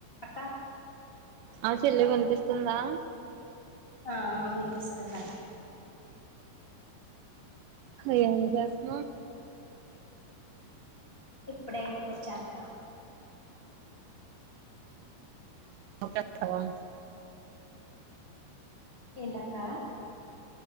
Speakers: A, on the left; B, on the right.
A: అక్క
B: ఆ చెల్లె వినిపిస్తుందా
A: ఆ వినిపిస్తుంది అక్క
B: ఏం జేస్తున్నావ్
A: ఇప్పుడే ఇంటికి వచ్చా అక్క
B: ఒకటే వస్తవా
A: ఏంటక్కా